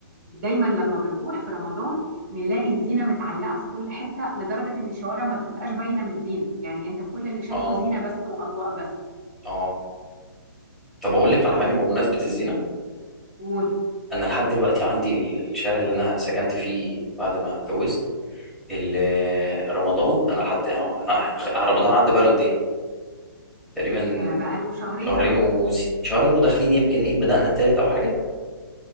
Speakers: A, on the right (about 40°); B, in the centre.
A: لما بنروح في رمضان نلاقي الزينة متعلقة في كل حتة لدرجة ان الشوارع ما بتبقاش باينة من الزينة يعني انت كل اللي شايفه
B: اه
A: زينة بس وأضواء بس
B: اه طب اقول لك على
A: فدي
B: حاجه بمناسبه الزينه
A: قول
B: انا لحد دلوقتي عندي ال- الشارع اللي انا سكنت فيه بعد ما اتجوزت ال- رمضان انا لحد آه، انا إحنا- رمضان عدى بقاله قد ايه تقريبا
A: آه بقاله شهرين
B: شهرين
A: اهو
B: و شهرين وداخلين يمكن ايه بدأنا التالت او حاجه